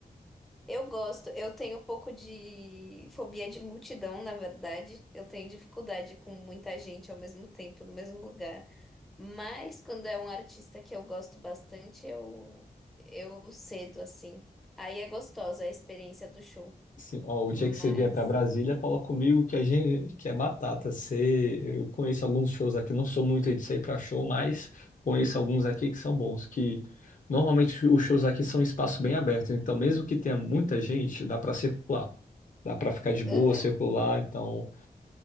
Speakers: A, in the centre; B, on the left.
A: Eu gosto, eu tenho um pouco de fobia de multidão, na verdade. Eu tenho dificuldade com muita gente ao mesmo tempo, no mesmo lugar. Mas quando é um artista que eu gosto bastante, eu, eu cedo assim. Aí é gostosa a experiência do show.
B: Sim, ó,
A: Mas.
B: o dia que você vier para Brasília, cola comigo que a gente que é batata. Você, eu conheço alguns shows aqui, não sou muito aí de sair para show, mas conheço alguns aqui que são bons, que normalmente os shows aqui são em espaço bem aberto, então mesmo que tenha muita gente, dá para circular. Dá para ficar de boa,
A: Aham,
B: circular, então